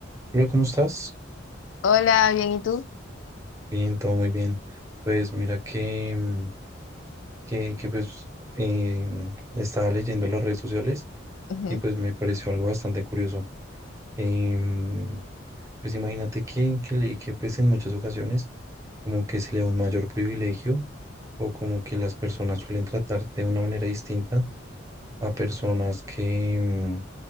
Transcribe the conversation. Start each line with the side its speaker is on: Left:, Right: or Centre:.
Right: Hola, ¿cómo estás?
Left: Hola, bien, ¿y tú?
Right: Bien, todo muy bien. Pues mira que, mm, que, que, pues em, estaba leyendo las redes sociales
Left: Ujú.
Right: y pues me pareció algo bastante curioso. Em, pues imagínate que, que leí que pues en muchas ocasiones como que se le da un mayor privilegio o como que las personas suelen tratar de una manera distinta a personas que, mm,